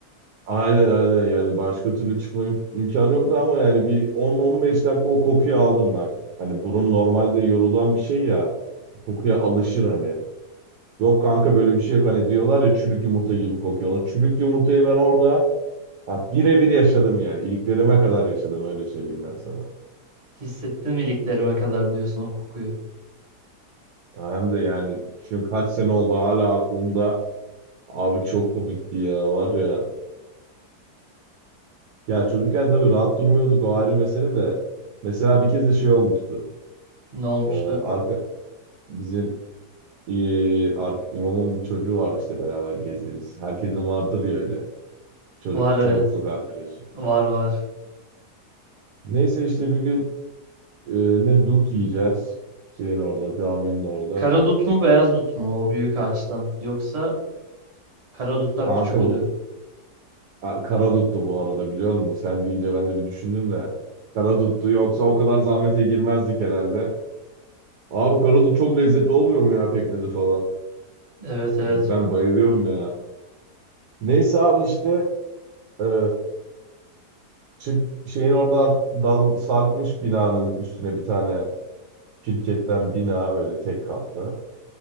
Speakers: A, on the right; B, on the right.
A: Aynen aynen yani başka türlü çıkma im- imkanı yoktu ama yani bir 10-15 dakika o kokuyu aldım bak. Hani burun normalde yorulan bir şey ya. Kokuya alışır hani. Yok kanka böyle bir şey yok hani diyorlar ya çürük yumurta gibi kokuyor. O çürük yumurtayı ben orada Ya birebir yaşadım yani. İliklerime kadar yaşadım öyle söyleyeyim ben sana.
B: Hissettin mi iliklerime kadar diyorsun o kokuyu.
A: Ya Hem de yani çünkü kaç sene oldu hala aklımda. Abi çok komikti ya var ya. Ya çocukken tabii rahat durmuyorduk o ayrı mesele de. Mesela bir kez de şey olmuştu.
B: Ne olmuştu?
A: Ee, arka bizim ee, ark, imamın bir çocuğu vardı işte beraber gezdiğimiz. Herkesin vardır ya öyle. Çocuk
B: Var evet.
A: çocukluk arkadaşı.
B: Var var.
A: Neyse işte bir gün ee, ne dut yiyeceğiz. Şeyin orada caminin orada.
B: Kara dut mu beyaz dut mu o büyük ağaçtan? Yoksa kara dutlar
A: Kanka
B: küçük oluyor.
A: bu Ha, Karadut'tu bu arada biliyor musun? Sen deyince ben de bir düşündüm de. kara Karadut'tu yoksa o kadar zahmete girmezdik herhalde. Abi kara dut çok lezzetli olmuyor mu ya pekmezi falan?
B: Evet evet
A: Ben bayılıyorum ya. Neyse abi işte e, çık şeyin oradan dal sarkmış binanın üstüne bir tane şirketten bina böyle tek katlı.